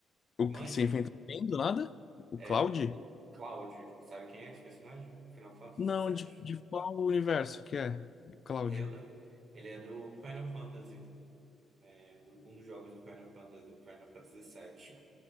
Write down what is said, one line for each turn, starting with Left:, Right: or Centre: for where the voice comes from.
Left: O
Right: Manja?
Left: que você inventou bem do nada? O
Right: É
Left: Cloud?
Right: o Cloud, sabe quem é esse personagem? Final Fantasy
Left: Não,
Right: VII.
Left: de, de qual universo que é? Cláudio.
Right: Ele é, o da- ele é do Final Fantasy, é um um dos jogos do Final Fantasy, Final Fantasy VII.